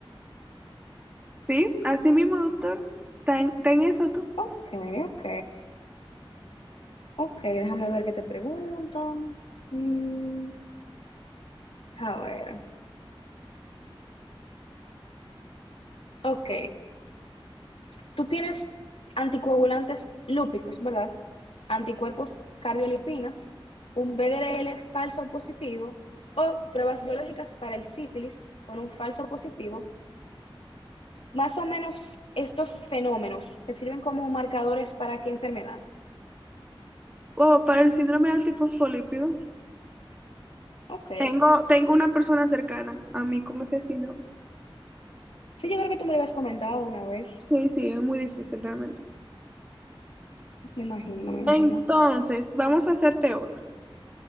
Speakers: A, on the right; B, on the left.
A: ¿Sí? Así mismo, doctor. ¿Ten, ten eso tú?
B: Ok, ok, ok, déjame ver qué te pregunto. Mm, a ver, ok. Tú tienes anticoagulantes lúpicos, ¿verdad? Anticuerpos cardiolipinas, un BDL falso positivo o pruebas biológicas para el sífilis con un falso positivo. Más o menos estos fenómenos te sirven como marcadores para qué enfermedad.
A: O para el síndrome antifosfolípido.
B: Ok.
A: Tengo, tengo una persona cercana a mí con ese síndrome.
B: Sí, yo creo que tú me lo habías comentado una vez.
A: Sí, sí, es muy difícil realmente.
B: Me imagino, me imagino.
A: Entonces, vamos a hacerte otra.